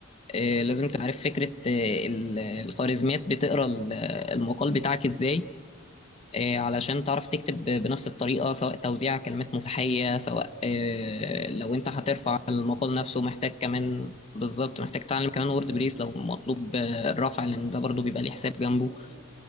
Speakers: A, on the left; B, on the right.
A: آه، لازم تعرف فكره آه، ال- الخوارزميات بتقرا ال- المقال بتاعك ازاي آه، علشان تعرف تكتب ب- بنفس الطريقة سواء توزيع كلمات مفتاحية سواء آه، لو
B: اه
A: انت هترفع
B: فهمتك
A: المقال
B: فهمت
A: نفسه محتاج كمان بالظبط محتاج تتعلم كمان
B: مم.
A: وورد بريس لو مطلوب آه، الرفع لان ده برضو بيبقى
B: اللي
A: ليه
B: هو
A: حساب
B: انت
A: جنبه
B: ازاي